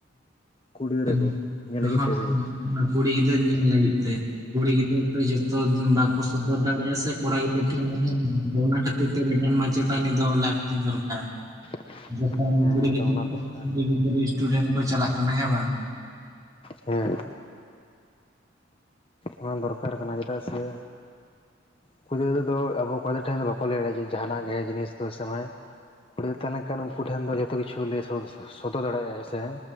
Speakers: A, on the left; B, on the right.
A: ᱠᱩᱲᱤ ᱜᱤᱫᱽᱨᱟᱹ
B: ᱟᱢ
A: ᱠᱚ ᱧᱮᱞ
B: <unintelligible>
A: ᱞᱟᱹᱜᱤᱫ ᱛᱮ ᱥᱮ ᱪᱮᱫ
B: ᱚᱱᱟ ᱠᱩᱲᱤ ᱜᱤᱫᱟᱹᱨ ᱧᱮᱞ ᱞᱟᱹᱜᱤᱫ ᱛᱮ, ᱠᱩᱲᱤ ᱜᱤᱫᱽᱟᱹᱨ ᱫᱚ ᱡᱚᱛᱚ ᱵᱟᱠᱚ ᱥᱚᱫᱚᱨ ᱫᱟᱲᱮᱭᱟᱜᱼᱟ ᱥᱮ ᱠᱚᱲᱟ ᱜᱤᱫᱽᱟᱹᱨ ᱴᱷᱮᱱ ᱢᱟᱱᱮ ᱚᱱᱟ ᱠᱷᱟᱹᱛᱤᱨ ᱛᱮ ᱢᱤᱫᱴᱮᱱ ᱢᱟᱪᱮᱛᱟᱱᱤ ᱫᱚ ᱞᱟᱹᱜᱛᱤ ᱫᱚᱨᱠᱟᱨ,
A: <inaudible>
B: ᱡᱚᱠᱷᱚᱱ
A: ᱦᱮᱸ
B: ᱠᱩᱲᱤ
A: ᱮᱠᱫᱚᱢ
B: ᱜᱤᱫᱽᱨᱟᱹ
A: ᱚᱱᱟ ᱫᱚᱨᱠᱟᱨ
B: ᱠᱩᱲᱤ ᱜᱤᱫᱽᱨᱟᱹ ᱥᱴᱩᱰᱮᱱᱴ ᱠᱚ ᱪᱟᱞᱟᱜ ᱠᱟᱱᱟ ᱦᱮᱸ ᱵᱟᱝ,
A: ᱦᱮᱸ ᱚᱱᱟ ᱫᱚᱨᱠᱟᱨ ᱠᱟᱱᱟ ᱪᱮᱫᱟᱜ ᱥᱮ, ᱠᱩᱲᱤ ᱜᱤᱫᱽᱟᱹᱨ ᱫᱚ ᱟᱵᱚ ᱠᱚᱲᱟ ᱜᱤᱫᱽᱟᱹᱨ ᱴᱷᱮᱱ ᱫᱚ ᱵᱟᱠᱚ ᱞᱟᱹᱭ ᱫᱟᱲᱮᱭᱟᱜᱼᱟ ᱡᱟᱦᱟᱱᱟᱜ ᱜᱮ ᱡᱤᱱᱤᱥ ᱫᱚ ᱦᱮᱸᱥᱮ ᱵᱟᱝ, ᱠᱩᱲᱤ ᱫᱚ ᱛᱟᱦᱮᱸ ᱞᱮᱱ ᱠᱷᱟᱱ ᱩᱱᱠᱩ ᱴᱷᱮᱱ ᱫᱚ ᱡᱚᱛᱚ ᱠᱤᱪᱷᱩᱞ ᱞᱮᱮ ᱥᱚᱫᱚᱨ ᱫᱟᱲᱮᱭᱟᱜᱼᱟ ᱦᱮᱸᱥᱮ,